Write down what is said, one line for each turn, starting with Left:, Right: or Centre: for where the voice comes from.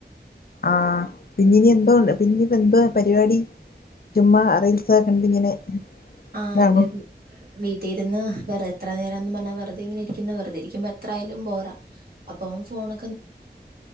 Left: ആഹ് പിന്നീനി എന്തോ പിന്നിപ്പ എന്തോ പരിപാടി. ചുമ്മ അറിയി സക്കണ്ട് ഇങ്ങനെ
Right: ആ
Left: ഇതാണോ
Right: അതെ, തെ. വീട്ടിരുന്ന് വെറ എത്ര നേരംന്നും പറഞ്ഞാ വെറുതെ ഇങ്ങനെ ഇരിക്കുന്ന വെറുതെ ഇരിക്കുമ്പോ എത്ര ആയാലും ബോറ. അപ്പ ഫോണ്